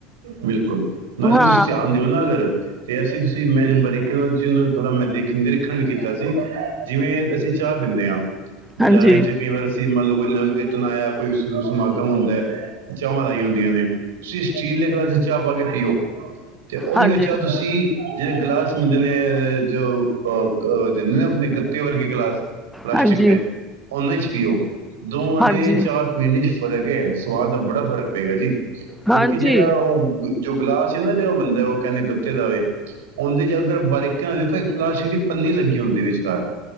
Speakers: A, on the right; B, in the centre.
A: ਬਿਲਕੁੱਲ ਨਾਲੇ
B: ਹਾਂ
A: ਤੁਸੀਂ ਧਿਆਨ ਦਿਓ ਨਾ ਅਗਰ ਤੇ ਅਸੀਂ ਤੁਸੀਂ ਮੈਂ ਜੋ ਬਾਰੀਕੀ ਨਾਲ ਚਿਨ ਨੂੰ ਥੋੜ੍ਹਾ ਮੈਂ ਦੇਖ ਨਿਰੀਖਣ ਵੀ ਕੀਤਾ ਸੀ। ਜਿਵੇਂ ਅਸੀਂ ਚਾਹ ਪੀਂਦੇ ਹਾਂ ਬਾਜ਼ਾਰ
B: ਹਾਂਜੀ
A: ਚ ਕਈ ਵਾਰ ਅਸੀਂ ਮੰਨ ਲਓ ਕੋਈ ਨਗਰ ਕੀਰਤਨ ਆਇਆ, ਕੋਈ ਸਮਾਗਮ ਹੁੰਦਾ ਹੈ, ਚਾਵਾਂ ਲਾਈਆਂ ਹੁੰਦੀਆਂ ਨੇ ਸਿਸ਼ ਸਟੀਲ ਦੇ ਗਲਾਸ 'ਚ ਚਾਹ ਪਾ ਕੇ ਪੀਓ ਤੇ ਉਹੀਓ
B: ਹਾਂਜੀ
A: ਚਾਹ ਤੁਸੀ ਜਿਹੜੇ ਗਲਾਸ ਮਿਲਦੇ ਨੇ, ਜੋ ਅਹ ਅਹ ਦਿੰਦੇ ਨੇ ਆਪਣੇ ਗੱਤੇ ਵਰਗੇ ਗਿਲਾਸ ਪਲਾਸਟਿਕ
B: ਹਾਂਜੀ
A: ਦੇ ਉਂਦੇ 'ਚ ਪੀਓ ਦੋਹਾਂ
B: ਹਾਂਜੀ
A: ਦੇ ਚਾਹ ਪੀਣ ਚ ਫ਼ਰਕ ਏ ਸਵਾਦ ਦਾ ਬੜਾ ਫ਼ਰਕ ਪਏਗਾ ਜੀ।
B: ਹਾਂਜੀ,
A: ਕਿ ਜਿਹੜਾ ਉਹ ਜੋ ਗਲਾਸ ਐ ਨਾ ਜਿਹੜਾ ਬੰਦਾ ਉਹ ਕਹਿੰਦੇ ਗੱਤੇ ਦਾ ਵੇ ਔਂਦੇ ਚ ਅਗਰ ਬਾਰੀਕ ਧਿਆਨ ਨਾਲ ਦੇੇਖੋ ਇੱਕ ਪਲਾਸਟਿਕ ਦੀ ਪੰਨੀ ਲੱਗੀ ਹੁੰਦੀ ਵਿਚਕਾਰ।